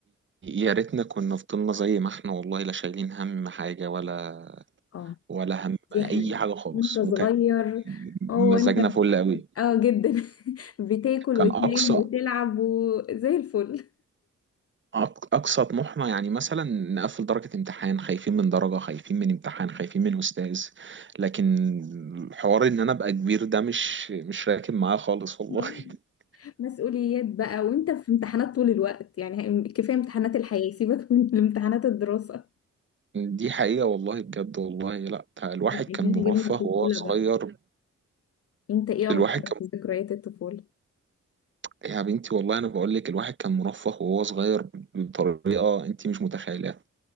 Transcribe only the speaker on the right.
يا ريتنا كنا فضلنا زي ما احنا والله لا شايلين هم حاجة ولا
ولا هم
أي
حاجة خالص
وكان
مزاجنا
فل قوي
كان
أقصى
أق- أقصى طموحنا يعني مثلا نقفل درجة امتحان خايفين من درجة خايفين من امتحان خايفين من أستاذ لكن الحوار إن أنا أبقى كبير ده مش مش راكب معاه خالص والله
<laughs>
دي حقيقة والله بجد والله لا الواحد
كان
مرفه
وهو صغير
الواحد
يا بنتي والله انا بقول لك الواحد كان مرفه وهو صغير بطريقه انت مش متخيلها